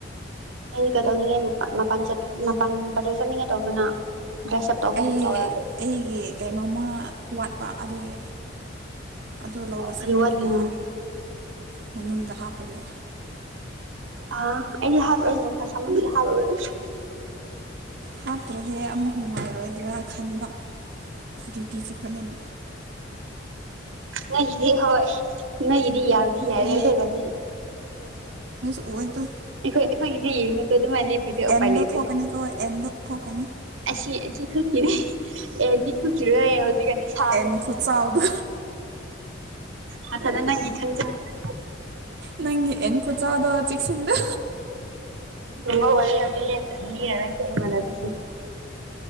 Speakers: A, on the right; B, on the right.
A: ꯑꯩ ꯀꯩꯗꯧꯅꯤꯡꯉꯦ ꯃꯄ ꯃꯄꯥꯟ ꯕꯖꯔ ꯆꯠꯅꯤꯡꯉꯦ ꯇꯧꯕꯅ ꯗ꯭ꯔꯦꯁ ꯑꯞ ꯇꯧꯕꯒꯨꯝ
B: ꯑꯩ
A: ꯇꯧꯋꯦ
B: ꯑꯩꯒꯤ ꯀꯩꯅꯣꯝꯃ ꯋꯥꯠꯄ ꯑꯗꯨꯒꯤ ꯑꯗꯨ ꯂꯧꯕ ꯆꯠꯄꯅꯤꯗ
A: ꯀꯔꯤ ꯋꯥꯠꯂꯤꯅꯣ
B: ꯃꯅꯨꯡꯗ ꯍꯥꯞꯄꯒꯦ
A: ꯑ ꯑꯩꯗꯤ ꯍꯥꯞꯔꯨꯔ ꯅꯨꯡꯁꯥ ꯁꯃꯝꯗꯤ ꯍꯥꯞꯔꯨꯔꯁꯤꯗꯤ
B: ꯍꯥꯞꯇ꯭ꯔꯗꯤ ꯑꯃꯨꯛ ꯅꯨꯡꯉꯥꯏꯔꯣꯏꯗ꯭ꯔꯥ ꯈꯟꯕ ꯗ꯭ꯌꯨꯇꯤ ꯆꯠꯄꯅꯤꯅ
A: ꯅꯗꯤ ꯍꯣꯏ ꯅꯗꯤ ꯌꯥꯎꯗꯤ ꯌꯥꯏꯔꯦ
B: ꯑꯦ
A: ꯈꯔꯔꯗꯤ
B: ꯑꯣꯏꯗꯨ
A: ꯑꯩꯈꯣꯏ ꯑꯩꯈꯣꯏꯒꯤꯁꯦ ꯌꯦꯡꯉꯗꯣ ꯑꯗꯨꯃꯥꯏꯅ ꯂꯩꯈꯗꯦ ꯎꯄꯥꯏ
B: ꯑꯦꯟꯗꯣ
A: ꯂꯩꯇꯦ
B: ꯊꯣꯛꯀꯅꯤꯀꯣ ꯑꯦꯟꯗꯣ ꯊꯣꯛꯀꯅꯤ
A: ꯑꯁꯤ ꯑꯁꯤ ꯊꯣꯛꯈꯤꯔ ꯑꯦꯅꯤ ꯊꯣꯛꯈꯤꯔꯣꯏ ꯍꯧꯖꯤ ꯀꯗꯤ ꯁꯥꯕꯅꯤꯅ
B: ꯑꯦꯟ ꯈꯨꯠꯆꯥꯎꯗꯣ
A: ꯃꯊꯥꯗꯅ ꯅꯪꯦ ꯈꯅꯖ ꯅ
B: ꯅꯪꯒꯤ ꯌꯦꯟ ꯀꯆꯗꯣ ꯆꯤꯁꯤꯟꯗ
A: ꯊꯕ ꯋꯥꯔꯤ ꯃꯤ ꯍꯥꯏꯔꯁꯦꯅ ꯑꯗꯨ